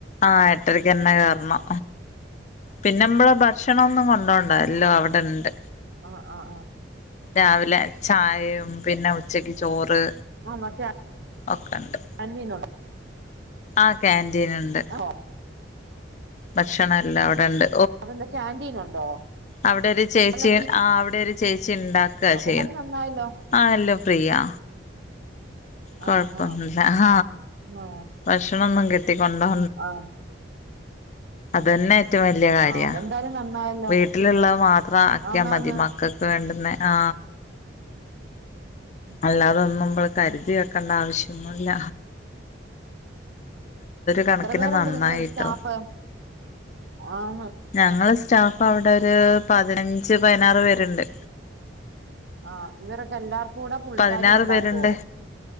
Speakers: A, on the left (about 40°); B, on the right (about 65°).
A: ആഹ ഏട്ടരക്ക്ന്നെ കേറണം. പിന്നെമ്മളൾ ഭക്ഷണ ഒന്നും കൊണ്ടോണ്ട എല്ലാം അവിടെണ്ട്.
B: ആ ആ ആഹ്
A: രാവിലെ ചായയും പിന്നെ ഉച്ചക്ക് ചോറ്
B: ആ മറ്റേ
A: ഒക്കെ ഉണ്ട്
B: അന്നിനോൻ
A: ആ കേന്റീനുണ്ട്.
B: ഓ
A: ഭക്ഷണം എല്ലാം അവിടെ ഇണ്ട്.
B: അതെന്താ ക്യാന്റീൻ ഉണ്ടോ?
A: അവിടെ ഒരു ചേച്ചി
B: അല്ല
A: ആ അവിടെ ഒരു ചേച്ചി ഉണ്ടാക്ക ചെ
B: എല്ലല്ലായിലോ
A: ആ എല്ലം ഫ്രീയാ കൊഴപ്പൊന്നില്ല
B: ആ ആ
A: ആഹ
B: ആ
A: ഭക്ഷണ ഒ ന്നും കെട്ടി കൊണ്ടാ
B: ആ
A: അതന്നെ ഏറ്റവും വലിയ കാര്യ
B: ആ അതെന്തായാലും നന്നായല്ലോ
A: വീട്ടിലുള്ളത് മാത്രം അക്കിയാ
B: ആന്നാന്ന്
A: മതി മക്കൾ വേണ്ടുന്നെ ആ
B: ഉ
A: അല്ലാതോന്നുമ്പൾ കരുതി വെക്കേണ്ട ആവശ്യം ഒന്നുമല്ല. കണക്കിന്
B: എത്ര പേരുണ്ട്
A: നന്നായിട്ടോ
B: നിങ്ങള് സ്റ്റാഫ് ആഹ്
A: ഞങ്ങള് സ്റ്റാഫ് അവിടെ ഒരു പതിനഞ്ച് പതിനാറ് പേരുണ്ട്.
B: ആഹ് ഇവരൊക്കെ എല്ലാർക്കും കൂടെ പുള്ളിക്കാരി
A: പതിനാറ്
B: ഉണ്ടാകൊ
A: പേരുണ്ട്